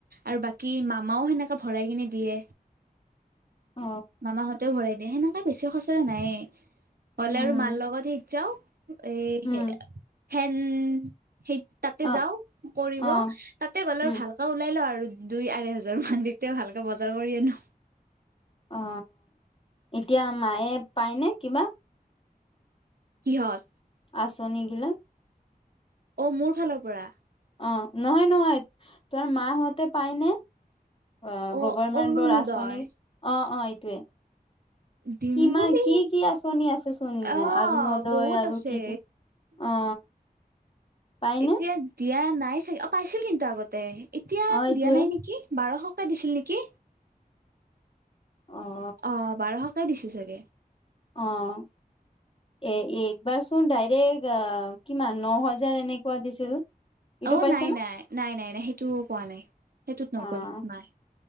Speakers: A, on the right (about 75°); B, on the left (about 35°).
A: আৰু বাকী মামাও সেনেকে ভৰাই কিনে দিয়ে
B: <inaudible> অ
A: মামাহঁতেও ভৰাই দিয়ে সেনেকে বেছি খচৰা নাই হলে
B: উম
A: আৰু মাৰ লগত সেই যাও এ
B: উম
A: হেন সেই তাতে
B: অ
A: যাওঁ কৰিব
B: অ
A: তাতে গলে
B: উম
A: আৰু ভালকে ওলাই লও আৰু দুই আঢ় হোজাৰ মান দি তে ভালকে বজাৰ কৰি আনো
B: অ এতিয়া মায়ে পায়নে কিবা
A: কিহত
B: আচনি গিলা
A: অ মোৰ ফালৰ পৰা
B: অ নহয় নহয় তোমাৰ মা হঁতে পাইনে অ
A: অ
B: গভৰমেন্টৰ
A: অৰুণোদয়
B: আঁচনিৰ অ অ এইটোৱে
A: দিম
B: কিমান
A: বুলি
B: কি কি আচনি আছেচোন
A: অ
B: অৰুণোদয়
A: বহুত
B: আৰু
A: আছে
B: কি কি অ পায়নে
A: এতিয়া দিয়া নাই চাগে পাইছিল কিন্তু আগতে এতিয়া
B: অ এইটোৱে
A: দিয়া নাই নেকি বাৰশকে দিছিল নেকি
B: অ
A: অ বাৰশকে দিছে চাগে
B: অহ এ একবাৰ চোন ডাইৰেক্ আহ কিমান ন হাজাৰ এনেকুৱা দিছিল ইটো
A: অ
B: পাইছে
A: নাই
B: ন
A: নাই নাই নাই নাই সেইটো পোৱা নাই সেইটোত
B: অ
A: নগল মাই